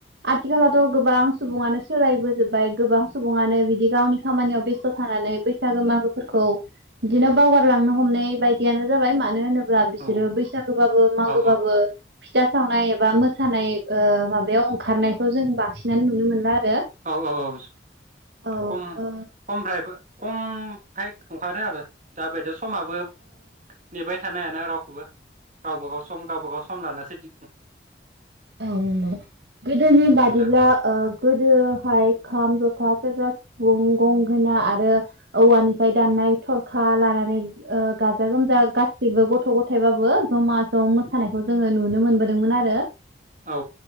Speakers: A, on the right; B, on the right.
A: आथिखालावथ' गोबां सुबुङानो सोलायबोजोब्बाय गोबां। सुबुङानो बिदि गावनि खामानियाव बेस्थ'। थानानै बैसागो मागोफोरखौ बिदिनो बावगारलांनो हमनाय बायदियानो जाबाय मानो। होब्ला बिसोरो
B: औ
A: बैसागोबाबो मागोबाबो।
B: औ
A: फिथा सावनाय। बा मोसानाय ओ माबायाव ओंखारनायखौ जों बांसिनानो नु। <unintelligible> मोनला <unintelligible>
B: औ औ औ
A: औ
B: खम
A: ओ
B: खमरायबो खम फ्राय। सानो आरो दाबायदियाव समाबोब नेबाय थानो हाना रावखौबो। गावबा गाव सम गावबा गाव सम लानासो दि
A: औ गोदोनि
B: औ
A: बादिब्ला
B: नोंथां
A: ओ गोदो। खाइ खाम, जथा, सेरजा, सिफुं, गंगोना आरो औवानिफ्राय दाननाय थरखा लानानै ओ गाजा गोमजा गासैबो गथ' गथाइबाबो जमा ज' मोसानायखौ जोङो नुनो मोनबोदोंमोन आरो।
B: औ।